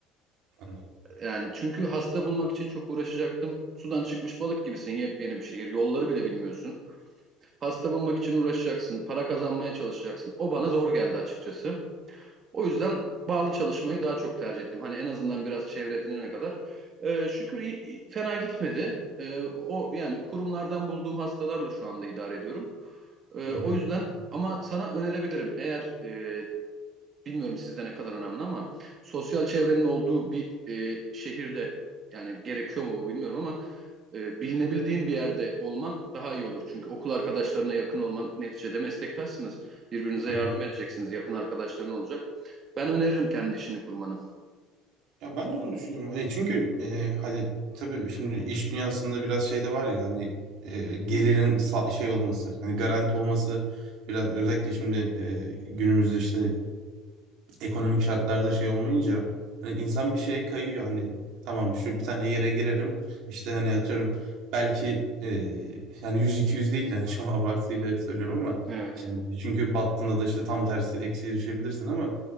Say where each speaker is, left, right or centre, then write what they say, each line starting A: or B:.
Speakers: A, on the right (about 65°); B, on the right (about 40°).
A: Anladım.
B: Yani çünkü hasta bulmak için çok uğraşacaktım. Sudan çıkmış balık gibisin, yepyeni bir şehir. Yolları bile bilmiyorsun. Hasta bulmak için uğraşacaksın, para kazanmaya çalışacaksın. O bana zor geldi açıkçası. O yüzden bağlı çalışmayı daha çok tercih ettim. Hani en azından biraz çevre edinene kadar. Ee, şükür iyi- fena gitmedi. Ee, o yani kurumlardan bulduğum hastalarla şu anda idare ediyorum. Ee,
A: Hı
B: o
A: hı,
B: yüzden ama sana önerebilirim. Eğer e, bilmiyorum sizde ne kadar önemli ama sosyal çevrenin olduğu bir e, şehirde yani gerekiyor mu bu bilmiyorum ama e, bilinebildiğin bir yerde olman daha iyi olur. Çünkü okul arkadaşlarına yakın olman neticede meslektaşsınız. Birbirinize
A: hı
B: yardım
A: hı.
B: edeceksiniz. Yakın arkadaşların olacak. Ben öneririm kendi işini kurmanı.
A: Ya ben de onu düşünüyorum. Hani çünkü e, hani tabii şimdi iş dünyasında biraz şey de var ya hani e, gelirin sa- şey olması, hani garanti olması biraz özellikle şimdi e, günümüzde işte ekonomik şartlarda şey olmayınca hani insan bir şeye kayıyor hani tamam şu bir tane yere girerim işte hani atıyorum belki e, yani 100-200 değil de hani şu an abartıyla söylüyorum ama
B: Evet.
A: şimdi çünkü battığında da işte tam tersi eksiye düşebilirsin ama